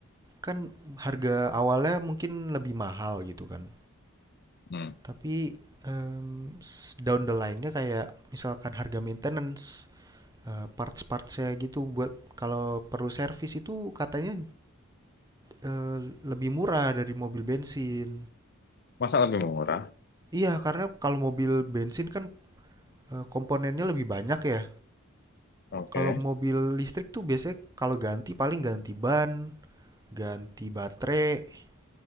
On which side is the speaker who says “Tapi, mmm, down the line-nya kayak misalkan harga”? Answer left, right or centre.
Right